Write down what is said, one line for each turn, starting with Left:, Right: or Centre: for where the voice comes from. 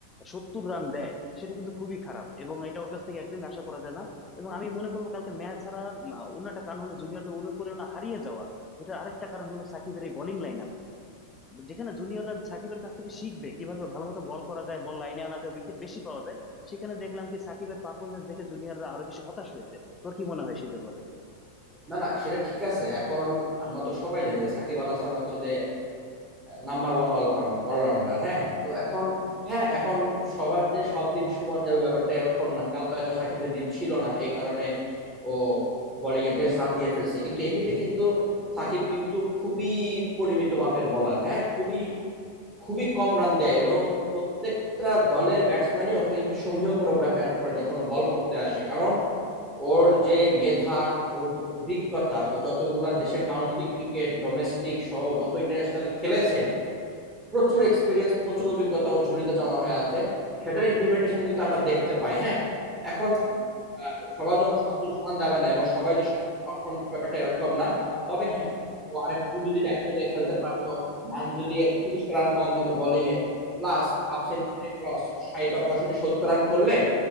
Left: সত্তর রান দেয় সেটা কিন্তু খুবই খারাপ এবং এটা ওর কাছ থেকে একদিন আশা করা যায় না এবং আমি মনে করবো কালকে ম্যাচ হারার আহ, অন্য একটা কারণ হলো জুনিয়রদের অনুপ্রেরণা হারিয়ে যাওয়া যেটা আরেকটা কারণ হলো সাকিবের এই বোলিং লাইন আপ যেখানে জুনিয়ররা সাকিবের কাছ থেকে শিখবে কিভাবে ভালো মতো বল করা যায় বল লাইনে আনা যায় উইকেট বেশি পাওয়া যায় সেখানে দেখলাম কি সাকিবের পারফরমেন্স দেখে জুনিয়ররা আরো বেশি হতাশ হয়েছে তোর কি মনে হয় সেই ব্যাপারে
Right: না না সেটা ঠিক আছে এখন আমরা তো সবাই জানি যে সাকিব আল হাসান হচ্ছে যে নাম্বার ওয়ান অলরাউন্ডার হ্যাঁ তো এখন হ্যাঁ এখন সবার যে সব দিন সমান যাবে ব্যাপারটা এরকম না কালকে হয়তো সাকিবের দিন ছিল না এই কারণে ও বোলিংয়ে বেশ রান দিয়ে ফেলছে কিন্তু এমনিতে কিন্তু সাকিব কিন্তু খুবই পরিমিত মাপের বলার হ্যাঁ খুবই খুবই কম রান দেয় এবং প্রত্যেকটা দলের ব্যাটসম্যানই ওকে কিন্তু সমীহ করে ব্যা- ব্যাট করে যখন ও বল করতে আসে কারণ ওর যে মেধা ওর যে অভিজ্ঞতা ও যতগুলা দেশে কাউন্টি ক্রিকেট ডোমেস্টিক সহ যত ইন্টারন্যাশনাল খেলেছে প্রচুর এক্সপিরিয়েন্স প্রচুর অভিজ্ঞতা ওর ঝুলিতে জমা হয়ে আছে সেটার ইমপ্লিমেন্টেশন কিন্তু আমরা দেখতে পাই হ্যাঁ এখন আহ, সবার জন্য সব দিক সমান যাবে না এবং সবাই যে সব দিক পারফর্ম করবে ব্যাপারটা এরকম না তবে হ্যাঁ ও আরেকটু যদি দায়িত্ব নিয়ে খেলতে পারতো রান যদি তিরিশটা রান কম দিত বোলিংয়ে প্লাস হাফ সেঞ্চুরি ক্রস ষাট বা পঁয়ষট্টি সত্তর রান করলে